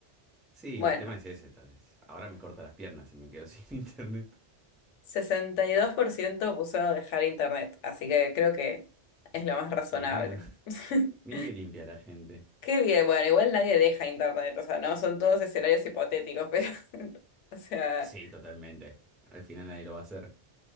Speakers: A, in the centre; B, on the left.
A: Sí,
B: Bueno,
A: el tema es ese, tal vez. Ahora me corta las piernas y me quedo <laughs> sin internet.
B: 62% puso dejar internet, así que creo que es lo más razonable.
A: Mirá,
B: <laughs>
A: mirá que limpia la gente.
B: Qué bien, bueno, igual nadie deja internet, o sea, no son todos escenarios hipotéticos, pero, <laughs> o sea,
A: Sí, totalmente. Al final nadie lo va a hacer.